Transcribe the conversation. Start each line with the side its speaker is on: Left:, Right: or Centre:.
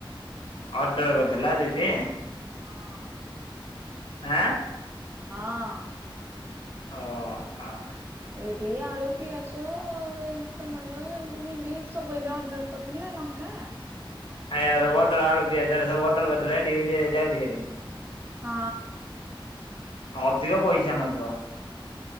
Left: ଅର୍ଡର କରିଥିଲା ଦିଦି।
Right: ହଁ।
Left: ଆଁ।
Right: ହଁ।
Left: ଓ ହଁ।
Right: ଏଇଠି ଆଳୁ, ପିଆଜ ଏ ଟମାଟୋ ଏମତି ଭେଣ୍ଡି ସବୁ ଏ ଅର୍ଡର କରିଥିଲା ଲଙ୍କା
Left: ଆଏର୍ଡର
Right: ଆଉ
Left: ଆଳୁ ପିଆଜ ସବୁ ଅର୍ଡର କରି ଦେଲେ <unintelligible> ଯାଉଛି ହେରି।
Right: ହଁ।
Left: ଅଧିକ ପଇସା ନଉଥିବ?